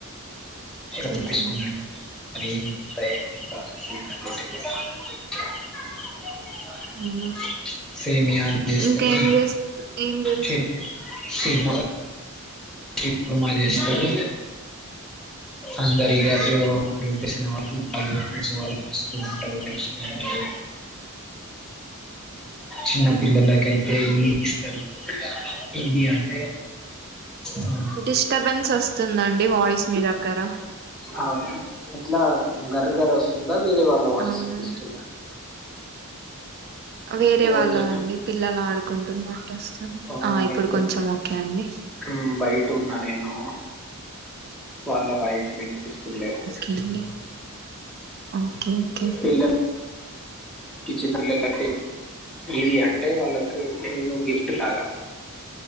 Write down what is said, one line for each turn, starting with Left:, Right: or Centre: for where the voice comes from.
Centre: కర్రీ
Right: ఓకే
Centre: చేసుకునేటోల్లం మరీ ఇంత ఏం ప్రాసెస్ <unintelligible>
Right: అవునా
Centre: సేమియా జేస్తడు
Right: ఇంకేం చేస్ ఏం తెలుసు
Centre: చేమియా షీల్మగ షీల్కుర్మ చేస్తరు అందరిగ జో చేసిన వాళ్ళు అండ్ ఫ్రెండ్స్ వాళ్ళు వస్తూ ఉంటరు కలుసుకుంటరు చిన్న పిల్లలకైతే
Right: ఓకే
Centre: ఈష్ తడి ఇదీ అంటే ఆ,
Right: డిస్టపెన్స్ వస్తుందన్ డి వాయిస్ మీ దగ్గర
Centre: అవునా ఎట్లా గర్ గర్ వస్తుందా వేరే వాళ్ళ వాయిస్
Right: అవును
Centre: ఇన్పిస్తుందా
Right: వేరే వాళ్ళదండి
Centre: ఓకేనా
Right: పిల్లలు ఆడుకుంటున్నట్టు వస్తు
Centre: ఆ
Right: ఇప్పుడు
Centre: నేను
Right: కొంచెం ఓకే అండి
Centre: మ్, బయట ఉన్నా నేను వాళ్ళ వాయిస్ వినిపిస్తుండలేవు
Right: ఓకే అండి ఓకే ఓకే
Centre: పిల్లలకి చిన్న పిల్లలకి ఇది అంటే వాళ్ళకు ఏదో గిఫ్ ఫ్ట్ లాగ